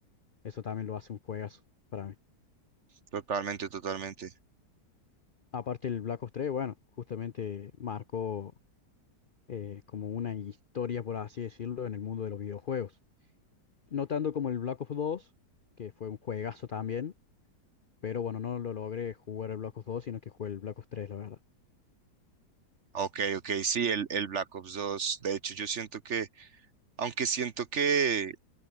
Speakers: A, on the left (about 75°); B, on the right (about 50°).
A: eso también lo hace un juegazo para mí.
B: Totalmente, totalmente.
A: Aparte el Black Ops 3, bueno, justamente marcó eh, como una historia, por así decirlo, en el mundo de los videojuegos. No tanto como el Black Ops 2, que fue un juegazo también, pero bueno, no lo logré jugar el Black Ops 2, sino que jugué el Black Ops 3, la verdad.
B: Ok, ok, sí, el, el Black Ops dos. De hecho, yo siento que, aunque siento que,